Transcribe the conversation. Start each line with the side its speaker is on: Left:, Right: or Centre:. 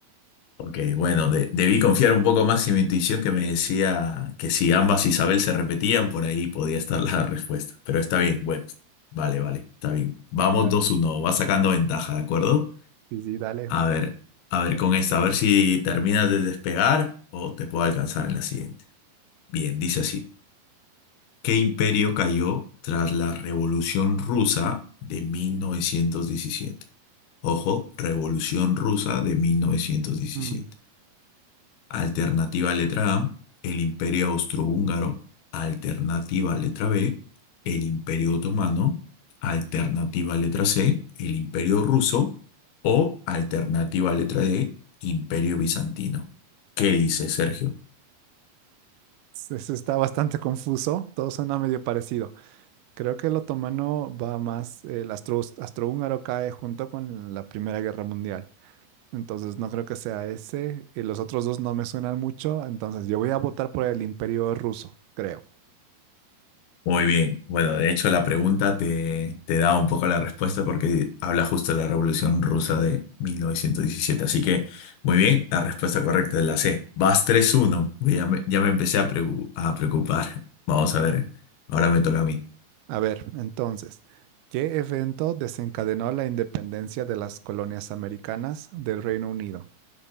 Left: Ok, bueno, de- debí confiar un poco más en mi intuición que me decía que si ambas Isabel se repetían, por ahí podía estar la respuesta. Pero está bien, bueno, vale, vale, está bien. Vamos
Right: Dale.
Left: 2-1, va sacando ventaja, ¿de acuerdo?
Right: Sí, sí, dale.
Left: A ver, a ver con esta, a ver si terminas de despegar o te puedo alcanzar en la siguiente. Bien, dice así. ¿Qué imperio cayó tras la Revolución Rusa de 1917? Ojo, Revolución Rusa de 1917.
Right: Mm,
Left: Alternativa letra A, el Imperio Austrohúngaro. Alternativa letra B, el Imperio Otomano. Alternativa letra C, el Imperio Ruso. O alternativa letra D, Imperio Bizantino. ¿Qué dice Sergio?
Right: es- es- está bastante confuso, todo suena medio parecido. Creo que el otomano va más, el astro, astrohúngaro cae junto con la Primera Guerra Mundial. Entonces no creo que sea ese, y los otros dos no me suenan mucho, entonces yo voy a votar por el Imperio Ruso, creo.
Left: Muy bien. Bueno, de hecho la pregunta te, te da un poco la respuesta porque habla justo de la Revolución Rusa de 1917. Así que, muy bien, la respuesta correcta es la C. Vas tres uno. Ya me, ya me empecé a, preocu- a preocupar. <laughs> Vamos a ver, ahora me toca a mí.
Right: A ver, entonces, ¿qué evento desencadenó la independencia de las colonias americanas del Reino Unido?